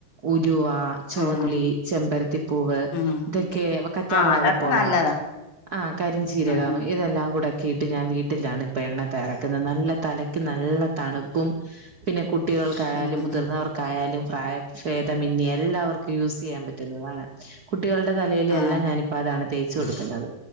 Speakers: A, on the right (about 40°); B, on the left (about 85°).
A: ഉലുവ, ചൊവന്നുള്ളി,
B: ഉം
A: ചെമ്പരത്തിപ്പൂവ്
B: ഉം
A: ഇതൊക്കെ വ കറ്റാർ
B: ആ
A: വാഴപോള
B: അതൊക്കെ നല്ലതാ
A: ആഹ് കരിഞ്ചീരകം
B: ഉം
A: ഇതെല്ലാം കൂടെ ക്കീട്ട് ഞാൻ വീട്ടിലാണ് ഇപ്പൊ എണ്ണ തയ്യാറാക്ക്ന്നെ നല്ല തലയ്ക്ക് നല്ല തണ്പ്പും പിന്നെ കുട്ടികൾക്കായാലും
B: ഉം
A: മുതിർന്നവർ
B: ഉം
A: ക്കായാലും പ്രായഫേദമന്യേ എല്ലാവർക്കും യൂസെയ്യാൻ പറ്റുന്നതാണ് കുട്ടികളുടെ തലയിലെല്ലാം
B: ആ
A: ഞാനിപ്പ അതാണ് തേച്ച് കൊടുക്കുന്നത്.